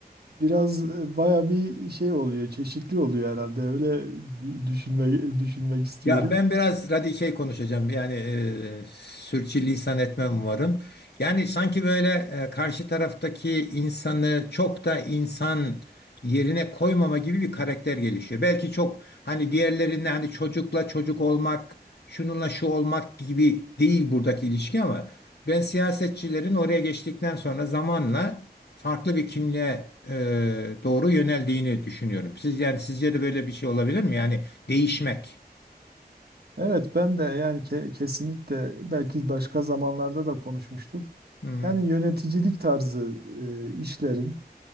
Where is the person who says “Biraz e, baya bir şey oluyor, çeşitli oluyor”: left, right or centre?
Right